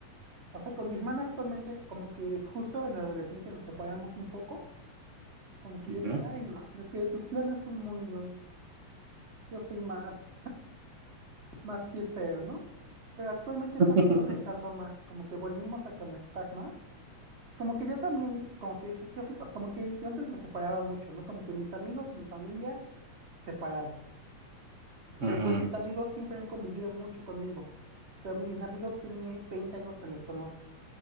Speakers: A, on the right; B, on the right.
A: O sea, con mi hermana actualmente, como que justo en la adolescencia nos separamos un poco, como que
B: Ujú.
A: yo decía, ay, no, lo que tus planes son muy, no, yo soy más, más fiestero, ¿no? Pero actualmente estamos
B: <laughs>
A: conectando más, como que volvimos a conectar más. Como que yo también, como que dije, qué fl- como que yo antes me separaba mucho, ¿no? Como que mis amigos y mi familia separados.
B: Ujú.
A: Pero pues mis amigos siempre han convivido mucho conmigo. O sea, mis amigos tienen 20 años que los conozco.